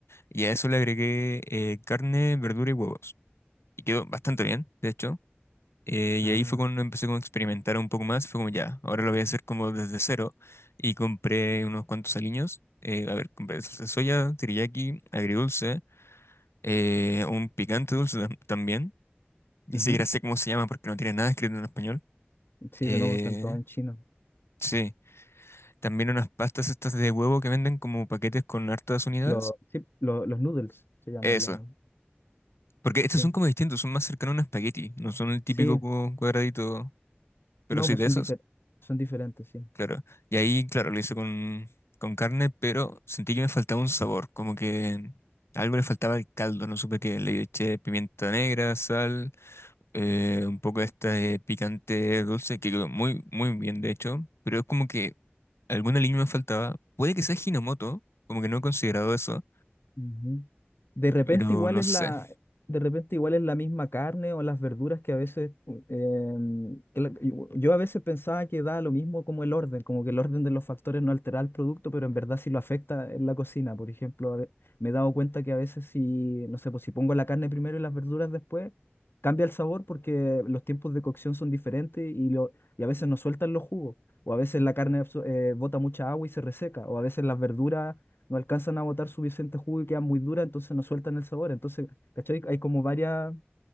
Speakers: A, on the left (about 80°); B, on the left (about 60°).
A: Y a eso le agregué eh, carne, verdura y huevos. Y quedó bastante bien, de hecho. Eh, y
B: Ah,
A: ahí fue cuando empecé como a experimentar un poco más. Fue como ya, ahora lo voy a hacer como desde cero. Y compré unos cuantos aliños. eh, a ver, compré salsa de soya, teriyaki, agridulce, eh, un picante dulce tam- también. Ni
B: ujú.
A: siquiera sé cómo se llama porque no tiene nada escrito en español.
B: Sí,
A: Eh,
B: pero no, están todos en chino.
A: sí, también unas pastas estas de huevo que venden como paquetes con hartas unidades.
B: Los, sí, lo- los noodles se llaman
A: Eso.
B: los.
A: Porque estos
B: Sí.
A: son como distintos, son más cercanos a un espagueti. No son el típico
B: Sí,
A: cu- cuadradito, pero
B: No,
A: sí
B: pues
A: de
B: son
A: esos.
B: diferentes, son diferentes, sí.
A: claro. Y ahí, claro, lo hice con, con carne, pero sentí que me faltaba un sabor, como que algo le faltaba al caldo, no supe qué. Le eché pimienta negra, sal, eh, un poco de este picante dulce, que quedó muy, muy bien, de hecho, pero es como que alguna línea me faltaba. Puede que sea Hinomoto, como que no he considerado eso,
B: Ujú. De repente
A: pero
B: igual
A: no
B: es
A: sé.
B: la, de repente igual es la misma carne o las verduras que a veces, em, que la- yo yo a veces pensaba que da lo mismo como el orden, como que el orden de los factores no altera el producto, pero en verdad sí lo afecta en la cocina. Por ejemplo, a ve- me he dado cuenta que a veces si, no sé, pues si pongo la carne primero y las verduras después, cambia el sabor porque los tiempos de cocción son diferentes y, lo, y a veces no sueltan los jugos. O a veces la carne absor- eh, bota mucha agua y se reseca. O a veces las verduras no alcanzan a botar suficiente jugo y queda muy dura entonces no sueltan el sabor. Entonces, ¿cachai? Hay como varias